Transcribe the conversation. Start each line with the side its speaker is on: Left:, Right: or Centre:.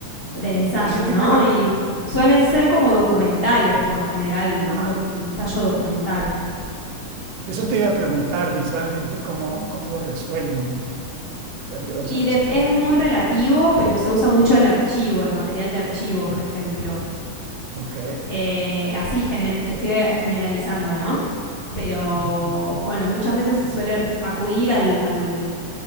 Left: del ensayo,
Right: Fíjate
Left: ¿no?
Right: que
Left: Y suelen ser como documentales, por lo general,
Right: ah,
Left: un, doc- un ensayo documental.
Right: eso te iba a preguntar visualmente cómo, cómo lo resuelven. Pues, o
Left: Y
Right: sea, ese
Left: de-
Right: tema.
Left: es muy relativo, pero se usa mucho el archivo, el material de archivo, por ejemplo.
Right: Ok.
Left: Eh, así gener- te estoy generalizando, ¿no? Pero
Right: Ujú.
Left: bueno, muchas veces se suele acudir al, al